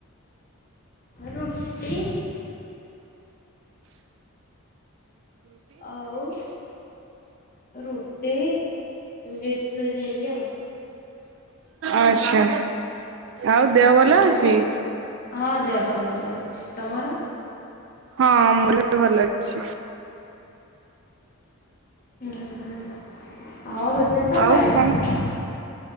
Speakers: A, on the left; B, on the right.
A: ରୁଟି ଆଉ ରୁଟି ମିକ୍ସିଭେଜ ହେଇଚି ଆଉ।
B: ଆଚ୍ଛା ଆଉ ଦେହ ଭଲ
A: ଆଉ
B: ଅଛି?
A: ହଁ ଦେହ ପା ଭଲ ଅଛି। ତମର?
B: ହଁ ମୋର ବି ଭଲ ଅଛି।
A: ହୁଁ ହୁଁ ଆଉ ରୋଷେଇ ସାରିଲାଣି?
B: ଆଉ କଣ